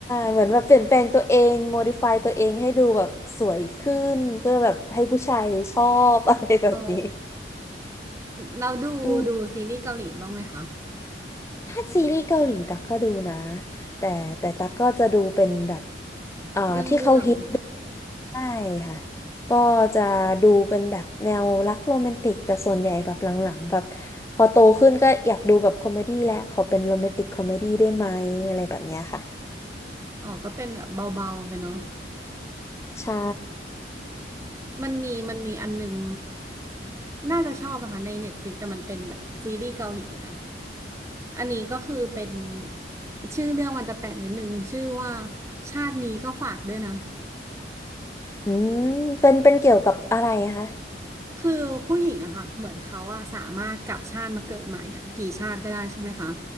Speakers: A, on the left (about 15°); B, on the right (about 15°).
A: เหมือนแบบเปลี่ยนแปลงตัวเองโมดิฟายตัวเองให้ดูแบบสวยขึ้นเพื่อแบบให้ผู้ชายชอบ <laughs> อะไรแบบนี้
B: อ๋อเราดูดูซีรีส์เกาหลีบ้างไหมคะ
A: อืมถ้าซีรีส์เกาหลีตักก็ดูนะแต่แต่ตักก็จะดูเป็นแบบอ่าที่เขาฮิต
B: เรื่องเรื่อง
A: ใช่ค่ะ ก็จะดูเป็นแบบแนวรักโรแมนติกแต่ส่วนใหญ่แบบหลังๆแบบพอโตขึ้นก็อยากดูแบบคอมเมดี้แล้วขอเป็นโรแมนติกคอมเมดี้ได้ไหมอะไรแบบเนี้ยค่ะ
B: อ๋อก็เป็นแบบเบาๆไปเนาะ
A: ใช่
B: มันมี มันมีอันนึงน่าจะชอบอะค่ะในเน็ตฟ i ิกแต่มันเป็นแบบซีรีส์เกาหลีนะ อันนี้ก็คือเป็นชื่อเรื่องมันจะแปลกนิดนึงชื่อว่าชาตินี้ก็ฝากด้วยนะ
A: อืมเป็นเป็นเกี่ยวกับอะไรคะ
B: คือผู้หญิงอะค่ะ เหมือนเขาอะสามารถกลับชาติมาเกิดใหม่อะกี่ชาติก็ได้ใช่ไหมคะ